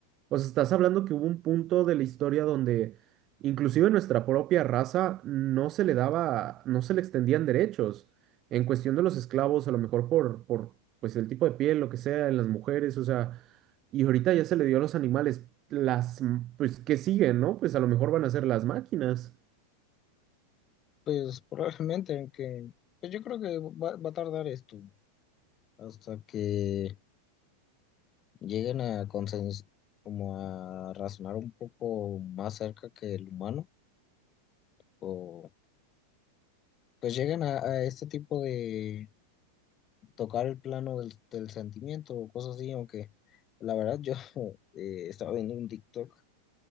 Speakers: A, on the right; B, on the left.
A: O sea, estás hablando que hubo un punto de la historia donde inclusive nuestra propia raza no se le daba, no se le extendían derechos. En cuestión de los esclavos, a lo mejor por, por pues el tipo de piel, lo que sea, en las mujeres, o sea, y ahorita ya se le dio a los animales las, pues, que siguen, ¿no? Pues a lo mejor van a ser las máquinas.
B: Pues probablemente, aunque pues yo creo que va, va a tardar esto hasta que lleguen a consens como a razonar un poco más cerca que el humano, o pues lleguen a, a este tipo de tocar el plano del, del sentimiento o cosas así, aunque la verdad yo <laughs> eh, estaba viendo un TikTok